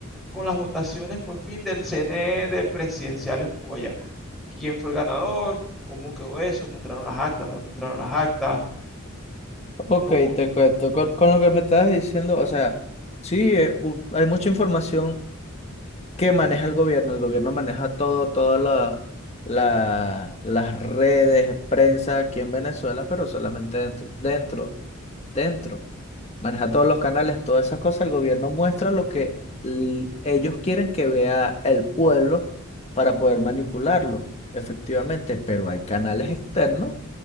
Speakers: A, in the centre; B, on the left.
A: con las votaciones por fin del CNE de presidenciales cuba allá? ¿Quién fue el ganador? ¿Cómo quedó eso? ¿Mostraron las actas? ¿No mostraron las actas?
B: Ok,
A: ¿Cómo?
B: te cuento. Con, con lo que me estabas diciendo, o sea, sí, eh, u- hay mucha información que maneja el gobierno. El gobierno maneja todo, todas la- la- las redes, prensa aquí en Venezuela, pero solamente dentro, dentro, dentro maneja todos los canales, todas esas cosas, el gobierno muestra lo que l- ellos quieren que vea el pueblo para poder manipularlo, efectivamente, pero hay canales externos